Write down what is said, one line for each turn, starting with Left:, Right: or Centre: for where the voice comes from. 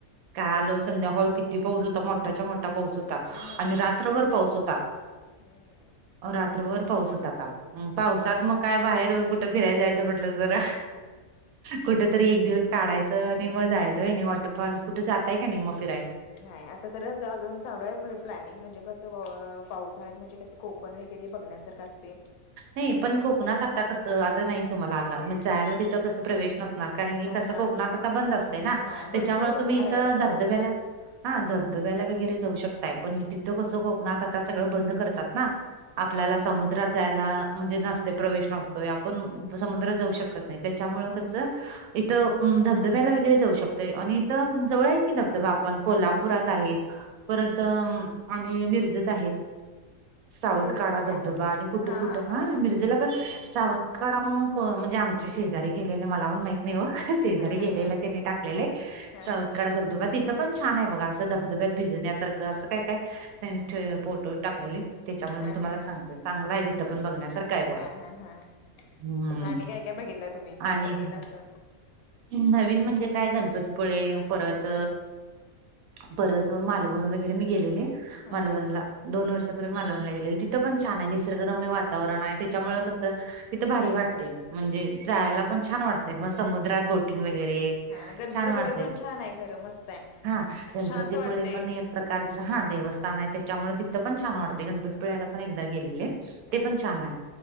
Right: कांल संध्याकाळी किती पाऊस होतां मं मोठा मोठा पाऊस होतां
Left: हम्म
Right: आणि रात्रंभरं पाऊस होतां
Left: हम्म
Right: रांत्रभरं पाऊस होतां कां पाऊसांत
Left: पाऊस
Right: मंग कायं बाहेर कुंठे फिरांयला जायचं मंग दमटलं म्हटलं जरां कुठं तरी एक दिवसं काढायचं आणि मंग जायचं आहे नाहीं वॉटरफॉल कुठं जातांय कां नाहीं मंग फिरायला
Left: नाहीं आंता तरचं अजूंन चालूं आहे प्लॅनिंग म्हणजे कसं पावसाळ्यांत म्हणजे कसं कोंकण वगैरें बघण्यांसारखं असते
Right: नाहीं पणं कोकणांत आंता कसं असते नाहीं तुम्हांला आंज जायंला तिथं कसं प्रवेश नसणांर कारणं की
Left: हा
Right: कसं
Left: हा
Right: कोकणांत आंता बंद असते नां
Left: हा
Right: त्यांच्यामुळे
Left: भरपूर
Right: तुम्हीं
Left: आहे
Right: इथं धबधब्यांला
Left: पाऊस
Right: हां धबधब्यांला वगैरें जाऊं शकतांय पणं तिथं कसं कोकणांत आंता सगळं बंद करतांत नां आपल्यांला समुद्रांत जायंला म्हणजे नसते प्रवेश नसतोय आपणं समुद्रांत जाऊं शकतो जाऊं शकतं नाहीं त्यांच्यामुळे कसं इथं धबधब्यांला वगैरें जाऊं शकतोय आणि इथं जवळं आहे आहेत की धबधबा आपण कोल्हापुरांत आहेतं परंत आम्हीं मिर्जत आहेतं सावंध
Left: मिरजत
Right: कांढा धबधबां
Left: काय
Right: आणि कुटुंब
Left: हा
Right: कुठं
Left: हा हा
Right: हां मिर्जेला पणं
Left: हा
Right: सावंत कडं म्हंण म्हणजे आमचे शेजारी गेलेले मलां पणं माहित नाहीं हो
Left: हा हा
Right: जरं
Left: हा
Right: येलेला
Left: हा
Right: त्यांने टाकलेले
Left: हा
Right: चौकड
Left: हा
Right: धबधबा तिथं पणं छान आहे बघां असं धबधब्यांत भिजण्यांसारखं असं कायं कायं त्यांनी फोटो टाकलेले त्यांच्यामुळे
Left: हा
Right: मी तुम्हां
Left: हा
Right: लांमीसांतेय
Left: हा
Right: चांगले आहे तीथं पणं बघण्यांसांरख तरं कायं बां
Left: हा हा हा
Right: हम्मं
Left: आणि काय काय बघितलंय तुम्ही
Right: आणि
Left: नवीन असं
Right: नवीन म्हणजे कायं घालतात गणपतीपुळे परंत
Left: हा हा
Right: परंत मालवंण वगैरें मी गेलेले
Left: हा
Right: मालवंणला
Left: हा
Right: दोन वर्षापूर्वी मालवंवण लागेले तिथं पणं छान आहे निसर्गरमय वातांवरण आहे त्यांच्यामुळे
Left: हा
Right: कसं तिथं भारी वाटते म्हणजे जायंला
Left: हा
Right: पणं छान वाटते मंग समुद्रांत बोटिंग वगैरे
Left: हा गणपतीपुळे
Right: छान वाढतयेत
Left: पण छान आहे खरं मस्त आहे
Right: हां गणपतीपुळे
Left: शांत वाटते
Right: पणं येतं प्रकारचं हा देवस्थानं आहे त्यांच्यामुळे तिथं पणं छान वाटतं गणपतपिळ्यांला
Left: ह ह
Right: पणं एकदाचं गेलेले आहे
Left: हा
Right: ते पणं छान आहे